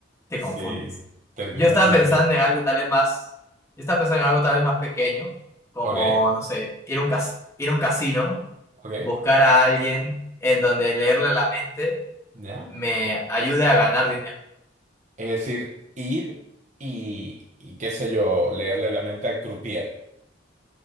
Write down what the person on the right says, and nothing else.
sí,
termina
siendo.
Ok.
Ok,
ya.
Es decir, ir y, y qué sé yo, leerle la mente al croupier,